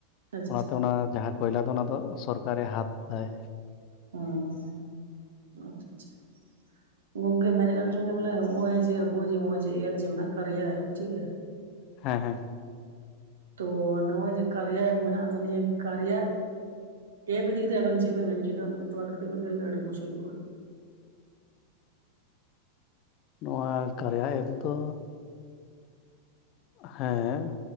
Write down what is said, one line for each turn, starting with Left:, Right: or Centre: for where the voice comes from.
Right: ᱟᱪᱪᱷᱟ
Left: ᱚᱱᱟᱛᱮ
Right: ᱟᱪᱪᱷᱟ
Left: ᱚᱱᱟ ᱡᱟᱦᱟᱸ ᱠᱚᱭᱞᱟ ᱫᱚ ᱚᱱᱟ ᱫᱚ ᱥᱚᱨᱠᱟᱨᱮ ᱦᱟᱛ ᱫᱟᱭ᱾
Right: ᱚ <inaudible> ᱜᱚᱝᱠᱮ ᱢᱮᱱᱮᱫ ᱟᱱ ᱪᱚ ᱵᱚᱞᱮ ᱱᱚᱜ-ᱚᱭ ᱡᱮ ᱟᱵᱚᱣᱟᱜ ᱱᱚᱜᱚᱭ ᱡᱮ ᱮᱯ ᱡᱮ ᱡᱟᱦᱟᱱᱟᱜ ᱮᱯ ᱴᱷᱤᱠ ᱜᱮᱭᱟ
Left: ᱦᱮᱸ ᱦᱮᱸ
Right: ᱛᱳ ᱱᱚᱜ-ᱚᱭ ᱡᱮ ᱠᱟᱨᱭᱟ ᱮᱯ ᱢᱮᱱᱟᱜ ᱫᱚ ᱱᱤᱭᱟᱹ ᱠᱟᱨᱭᱟ ᱮᱯ ᱤᱫᱤ ᱠᱟᱛᱮ ᱟᱵᱮᱱ ᱪᱮᱫ ᱵᱮᱱ ᱢᱮᱱ ᱦᱚᱪᱚᱭ ᱫᱟ ᱛᱷᱚᱨᱟ ᱠᱟᱹᱴᱤᱡ ᱵᱮᱱ ᱞᱟᱹᱭ ᱞᱮᱠᱷᱟᱱ ᱟᱹᱰᱤ ᱢᱚᱡᱽ ᱦᱩᱭ ᱠᱚᱜ-ᱟ?
Left: ᱱᱚᱣᱟ ᱠᱟᱨᱭᱟ ᱮᱯ ᱫᱚ ᱦᱮᱸ